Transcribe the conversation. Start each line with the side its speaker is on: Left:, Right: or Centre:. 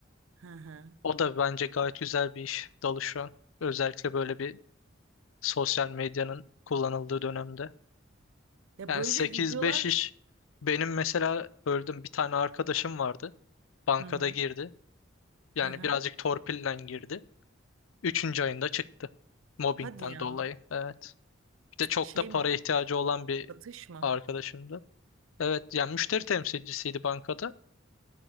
Right: Hı hı.
Left: O da bence gayet güzel bir iş dalı şu an. Özellikle böyle bir sosyal medyanın kullanıldığı dönemde.
Right: Ya
Left: Yani
Right: böyle
Left: sekiz
Right: videolar
Left: beş iş benim mesela böldüm bir tane arkadaşım vardı. Bankada
Right: hı hı.
Left: girdi.
Right: Hı
Left: Yani
Right: hı.
Left: birazcık torpille girdi. Üçüncü ayında çıktı. Mobbingden
Right: Hadi ya.
Left: dolayı. Evet. Bir de çok
Right: Şey
Left: da para
Right: mi?
Left: ihtiyacı olan bir
Right: Satış mı?
Left: arkadaşımdı. Evet yani müşteri temsilcisiydi bankada.